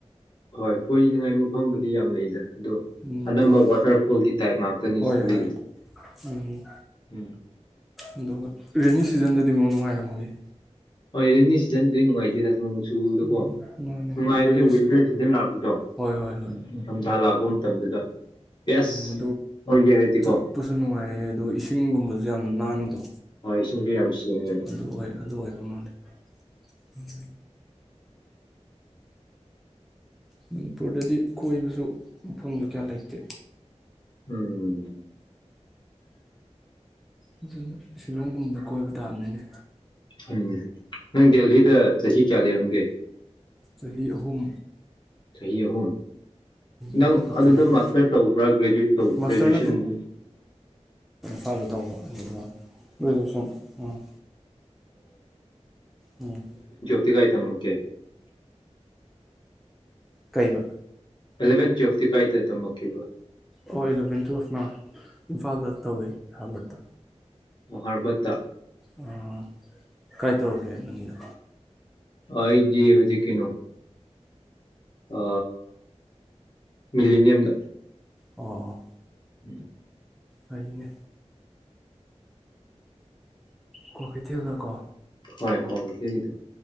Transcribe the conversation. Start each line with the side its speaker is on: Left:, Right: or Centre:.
Left: ꯍꯣꯏ ꯀꯣꯏꯅꯤꯡꯉꯥꯏ ꯃꯐꯝꯕꯨꯗꯤ ꯌꯥꯝ ꯂꯩꯗ ꯑꯗꯣ
Centre: ꯎꯝ
Left: ꯑꯅꯝꯕ
Centre: ꯑꯗꯨꯅꯦ
Left: ꯋꯥꯇꯔꯐꯣꯜꯒꯤ ꯇꯥꯏꯞ ꯉꯥꯛꯇꯅꯤ
Centre: ꯍꯣꯏ
Left: ꯁꯤꯗ
Centre: ꯍꯣꯏ
Left: ꯂꯩꯔꯤ
Centre: ꯎꯝ
Left: ꯎꯝ
Centre: ꯑꯗꯨꯒ ꯔꯦꯟꯅꯤ ꯁꯤꯖꯟꯗꯗꯤ ꯑꯃꯨꯛ ꯅꯨꯡꯉꯥꯏꯔꯝꯃꯣꯏꯌꯦ
Left: ꯍꯣꯏ ꯔꯦꯟꯅꯤ ꯁꯤꯖꯟꯗꯤ ꯅꯨꯡꯉꯥꯏꯇꯦꯗꯥ ꯅꯣꯡ ꯆꯨꯕꯗꯀꯣ
Centre: ꯎꯝ ꯃꯥꯅꯦ
Left: ꯅꯨꯡꯉꯥꯏꯔꯤꯁꯦ
Centre: ꯑꯗꯨꯒ ꯔꯤꯁ
Left: ꯋꯤꯟꯇꯔ ꯁꯤꯖꯟ ꯂꯥꯛꯄꯗꯣ
Centre: ꯍꯣꯏ ꯍꯣꯏ
Left: ꯅꯤꯡꯊꯝ ꯊꯥ ꯂꯥꯛ ꯄꯣꯝ ꯃꯇꯝꯗꯨꯗ ꯕꯦꯁ
Centre: ꯃ
Left: ꯑꯣꯏꯒꯦ ꯍꯥꯏꯔꯗꯤꯀꯣ
Centre: ꯆꯠꯄꯁꯨ ꯅꯨꯡꯉꯥꯏꯌꯦ ꯑ ꯏꯁꯤꯡꯒꯨꯝꯕꯁꯨ ꯌꯥꯝꯅ ꯅꯥꯟꯕꯗꯣ
Left: ꯍꯣꯏ ꯏꯁꯤꯡꯁꯨ ꯌꯥꯝ ꯁꯦꯡꯉꯦꯕ
Centre: ꯑꯗꯨ ꯍꯣꯏ ꯑꯗꯨ ꯑꯣꯏꯕ ꯃꯥꯜꯂꯦ ꯎꯝ ꯃꯅꯤꯄꯨꯔꯗꯗꯤ ꯀꯣꯏꯕꯁꯨ ꯃꯐꯝꯗꯣ ꯀꯌꯥ ꯂꯩꯇꯦ
Left: ꯎꯝ ꯎꯝ
Centre: ꯑꯗꯨꯅ ꯁꯤꯂꯣꯡꯒꯨꯝꯗ ꯀꯣꯏꯕ ꯇꯥꯕꯅꯤꯅꯦ
Left: ꯍꯪꯅꯦ ꯅꯪ ꯗꯦꯜꯍꯤꯗ ꯆꯍꯤ ꯀꯌꯥ ꯂꯩꯔꯝꯒꯦ
Centre: ꯆꯍꯤ ꯑꯍꯨꯝ
Left: ꯆꯍꯤ ꯑꯍꯨꯝ ꯅꯪ
Centre: ꯑꯍꯨꯝ ꯈꯛꯇꯅꯤꯅꯦ
Left: ꯑꯗꯨꯗ ꯃꯥꯁꯇꯔ ꯇꯧꯕ꯭ꯔꯥ ꯒ꯭ꯔꯦꯖꯨꯋꯦꯠ ꯇꯧꯕ
Centre: ꯃꯥꯁꯇꯔ
Left: ꯒ꯭ꯔꯦꯖꯨꯋꯦꯁꯟꯕꯨ
Centre: ꯊꯥꯒꯦ ꯇꯧꯕ ꯑꯗꯨꯒ ꯒ꯭ꯔꯦꯖꯨꯋꯦꯁꯟ ꯎꯝ ꯎꯝ
Left: ꯒꯥꯏ ꯇꯃꯨꯀꯦ
Centre: ꯀꯩꯕ
Left: ꯑꯦꯂꯚꯦꯟ ꯇꯨꯌꯦꯜꯐꯇꯤ ꯀꯥꯏꯗ ꯇꯝꯃꯛꯀꯦꯕ
Centre: ꯑꯣ ꯏꯂꯚꯦꯟ ꯇꯨꯋꯦꯜꯐꯅ ꯏꯝꯐꯥꯜꯗ ꯇꯧꯋꯦ ꯍꯥꯔꯕꯔꯠꯇ
Left: ꯍꯥꯔꯕꯠꯇ
Centre: ꯑꯑ ꯀꯥꯏ ꯇꯧꯔꯀꯦ ꯅꯪꯒꯤꯅ
Left: ꯑꯣ ꯑꯩꯗꯤ ꯍꯧꯖꯤꯛ ꯀꯩꯅꯣ ꯑ ꯃꯤꯂꯤꯅꯤꯌꯝꯗ
Centre: ꯑꯣ
Left: ꯎꯝ
Centre: ꯑꯥꯏ ꯑꯦꯟ ꯅꯦ ꯀ꯭ꯋꯥꯛꯀꯩꯊꯦꯜꯗꯀꯣ
Left: ꯍꯣꯏ ꯀꯣꯦ ꯀꯦꯒꯤ ꯑꯗꯨꯝ